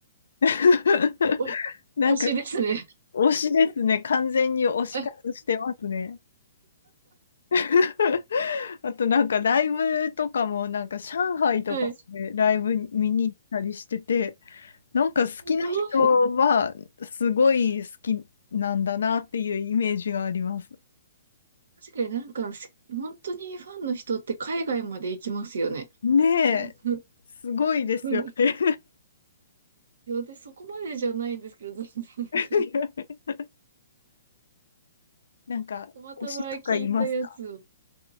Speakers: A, on the left; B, on the right.
A: <laughs>
B: お <laughs>
A: なんか、
B: 推しですね。
A: 推しですね。完全に推し活してますね。
B: はい。
A: <laughs> あとなんかライブとかもなんか上海とかでライブ見に行ったりしてて
B: はいす
A: なんか好きな人はすごい好きなんだなっていうイメージがあります。
B: ごい。確かになんか、す本当にファンの人って海外まで行きますよね。
A: ねえ、
B: う
A: すごいですよね。
B: んいや、で、そこまでじゃないんですけど、全
A: <laughs>
B: 然。
A: なんか推しとかいますか
B: たまたま聞いたやつを、